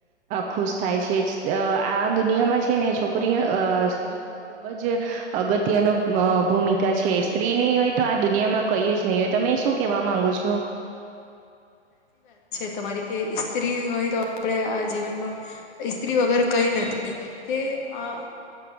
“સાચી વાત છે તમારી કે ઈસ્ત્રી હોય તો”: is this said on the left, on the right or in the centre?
Left